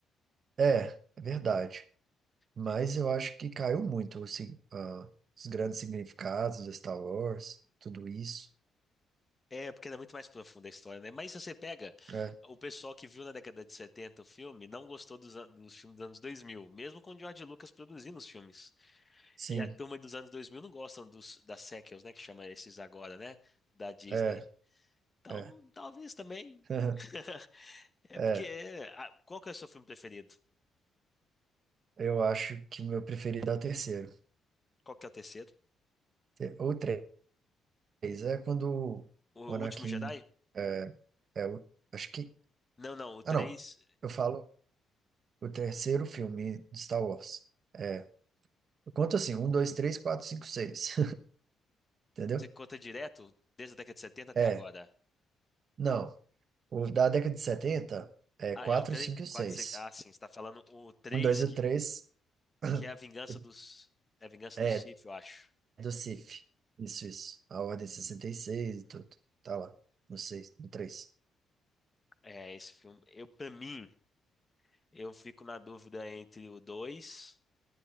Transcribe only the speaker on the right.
É, é verdade. Mas
eu acho que caiu muito o sig- ah, os grandes significados de Star Wars, tudo isso.
É,
sim,
é,
é.
<laughs>
É,
eu acho que o meu preferido é o terceiro.
Te- Ou três, é quando
o Anakin
é, é o, acho que,
ah não, eu falo o terceiro filme de Star Wars. É, eu conto assim, um, dois, três, quatro, cinco, seis, <laughs> entendeu?
É,
não. Os da década de 70, é
4,
5 e seis,
um, dois e
3, <clears throat>
é
do CIF. Isso, isso. A ordem sessenta e seis e tudo. Tá lá. No 6, no três,